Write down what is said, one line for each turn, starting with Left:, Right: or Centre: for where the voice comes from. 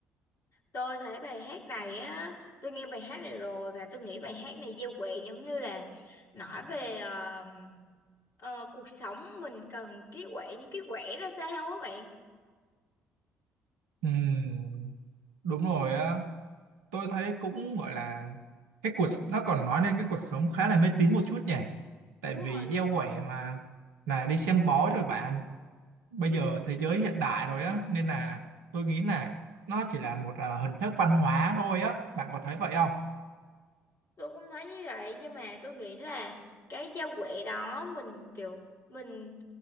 Left: tôi thấy bài hát này á, tôi nghe bài hát này rồi và tôi nghĩ bài hát này gieo quẹ giống như là nói về ờ, ờ, cuộc sống mình cần cái quẹ những cái quẹ ra sao á bạn.
Right: Ừm, đúng rồi á. tôi thấy cũng gọi là cái cuộc nó còn nói lên cái cuộc sống khá là mê tín một chút nhỉ tại
Left: Đúng
Right: vì
Left: rồi, đúng
Right: gieo
Left: rồi.
Right: quẻ mà là đi xem bói rồi bạn bây giờ thế giới hiện đại rồi á nên là tôi nghĩ là nó chỉ là một à, hình thức văn hóa thôi á bạn có thấy vậy không
Left: tôi cũng thấy như vậy nhưng mà tôi nghĩ là cái giao quẹ đó mình kiểu mình